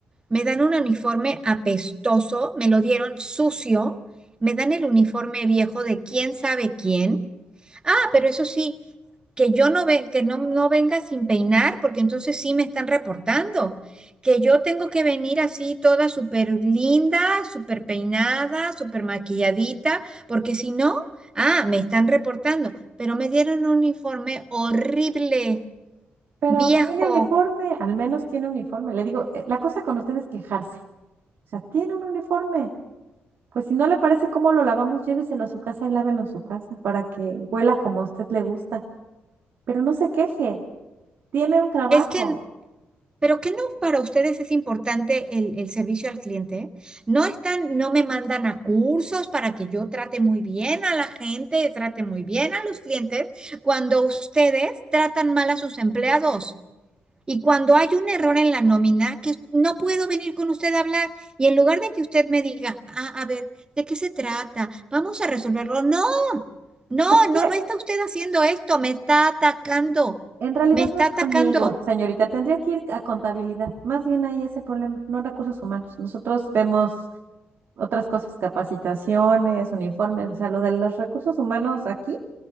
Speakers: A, on the right (about 20°); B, on the right (about 65°).
A: me dan un uniforme apestoso, me lo dieron sucio, me dan el uniforme viejo de quién sabe quién Ah, pero eso sí, que yo no ve, que no, no venga sin peinar, porque entonces sí me están reportando. Que yo tengo que venir así toda súper linda, súper peinada, súper maquilladita, porque si no, ah, me están reportando. Pero me dieron un informe horrible,
B: pero
A: viejo.
B: tiene uniforme, al menos tiene uniforme. Le digo, "Eh, la cosa con usted es quejarse, o sea, tiene un uniforme, pues si no le parece cómo lo lavamos, lléveselo a su casa y lávelo en su casa para que huela como a usted le gusta, pero no se queje, tiene un trabajo.
A: Es que Pero ¿qué no para ustedes es importante el, el servicio al cliente? No están, no me mandan a cursos para que yo trate muy bien a la gente, trate muy bien a los clientes, cuando ustedes tratan mal a sus empleados. Y cuando hay un error en la nómina, que no puedo venir con usted a hablar. Y en lugar de que usted me diga, ah, a ver, ¿de qué se trata? Vamos a resolverlo. No, no,
B: Pero es que
A: no, no está usted haciendo esto, me está atacando,
B: En realidad
A: me está
B: no es
A: atacando.
B: conmigo, señorita. Tendría que ir a contabilidad. Más bien ahí ese problema, no en recursos humanos. Nosotros vemos otras cosas, capacitaciones, uniformes, o sea, lo de los recursos humanos aquí,